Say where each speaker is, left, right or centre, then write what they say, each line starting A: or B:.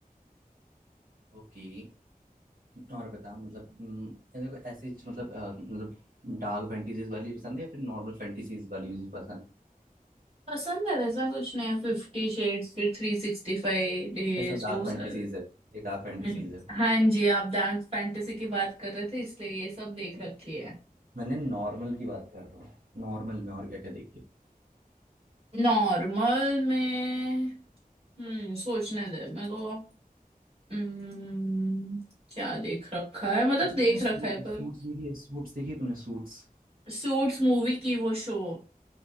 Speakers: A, on the right; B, on the right.
A: ओके और बता मतलब अम, तेरे को ऐसे ही मतलब अ, मतलब डार्क फैंटेसीज वाली पसंद है या फिर नॉर्मल फैंटेसीज वाली भी पसंद है
B: पसंद है वैसा कुछ नहीं है फिफ्टी शेड्स फिर थ्री सिक्सटी फाइव डेज
A: ये सब डार्क
B: वो
A: फैंटेसीज
B: सारे
A: है ये डार्क फैंटेसीज
B: हम्म।
A: है
B: हाँ जी आप डार्क फैंटेसी की बात कर रहे थे इसलिए ये सब देख रखी है
A: मैंने नॉर्मल की बात कर रहा हूँ नॉर्मल में और क्या क्या देखी है
B: नॉर्मल में हम्म सोचने दे मेरे को हम्म, क्या देख रखा है मतलब
A: अच्छा
B: देख
A: तूने
B: रखा
A: सू,
B: है पर
A: सूट्स देखी है सूट्स देखी है तूने सूट्स
B: सूट्स मूवी की वो शो